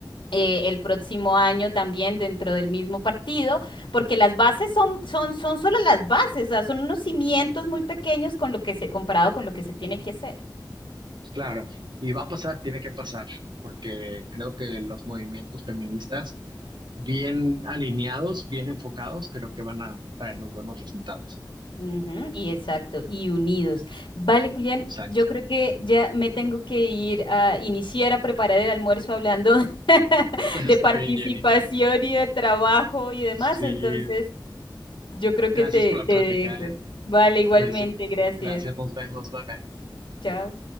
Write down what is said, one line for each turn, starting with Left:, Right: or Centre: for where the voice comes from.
Left: eh, el próximo año también dentro del mismo partido, porque las bases son, son, son solo las bases, o sea, son unos cimientos muy pequeños con lo que se, comparado con lo que se tiene que hacer.
Right: Claro. Y va a pasar, tiene que pasar, porque creo que los movimientos feministas, bien alineados, bien enfocados, creo que van a traernos buenos resultados.
Left: Ujú, y exacto, y unidos. Vale, Julián,
Right: Exacto.
Left: yo creo que ya me tengo que ir a iniciar a preparar el almuerzo hablando <laughs>
Right: <laughs> Está
Left: de participación
Right: bien, Jenny.
Left: y de trabajo y demás,
Right: Sí,
Left: entonces yo creo
Right: gracias
Left: que te,
Right: por la
Left: te
Right: plática,
Left: dejo.
Right: ¿eh?
Left: Vale, igualmente,
Right: Sí,
Left: gracias.
Right: gracias, nos vemos, bye bye.
Left: Chao.